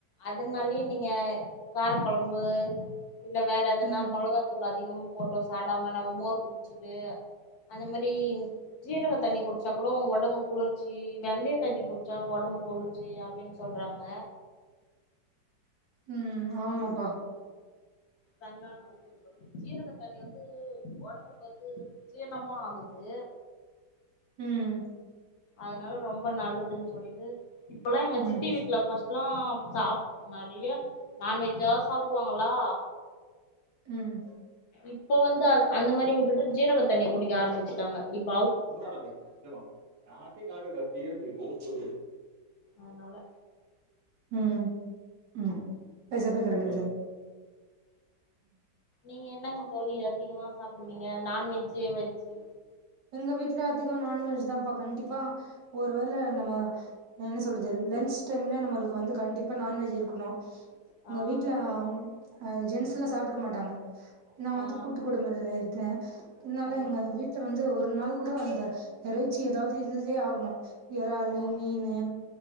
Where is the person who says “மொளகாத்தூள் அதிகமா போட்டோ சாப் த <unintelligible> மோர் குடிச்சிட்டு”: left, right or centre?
Left